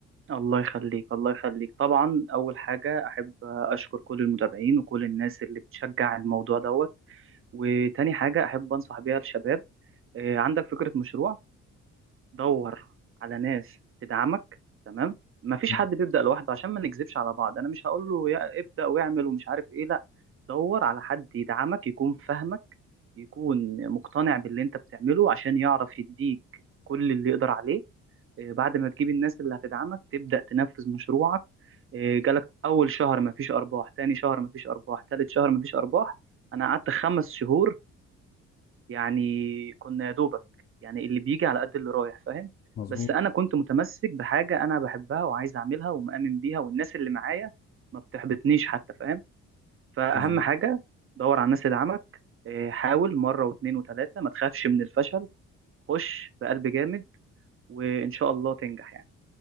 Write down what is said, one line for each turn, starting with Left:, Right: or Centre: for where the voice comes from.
Right: الله يخليك الله يخليك طبعا أول حاجة أحب أشكر كل المتابعين وكل الناس اللي بتشجع الموضوع دوت وتاني حاجة أحب أنصح بيها الشباب إيه، عندك فكرة مشروع دور على ناس تدعمك تمام مفيش
Left: مم.
Right: حد بيبدأ لوحده عشان ما نكذبش على بعض انا مش هقول له يا ابدأ واعمل ومش عارف ايه لا دور على حد يدعمك يكون فاهمك يكون مقتنع باللي انت بتعمله عشان يعرف يديك كل اللي يقدر عليه آه، بعد ما تجيب الناس اللي هتدعمك تبدأ تنفذ مشروعك آه، جالك اول شهر مفيش ارباح تاني شهر مفيش ارباح تالت شهر مفيش ارباح انا قعدت خمس شهور يعني كنا يا دوبك يعني اللي بيجي على قد اللي رايح فاهم
Left: مظبوط
Right: بس انا كنت متمسك بحاجه انا بحبها وعايز اعملها ومؤمن بيها والناس اللي معايا ما بتحبطنيش حتى فاهم فاهم
Left: مظبوط
Right: حاجه دور على الناس اللي دعمك إيه، حاول مره واتنين وتلاته ما تخافش من الفشل خش بقلب جامد وان شاء الله تنجح يعني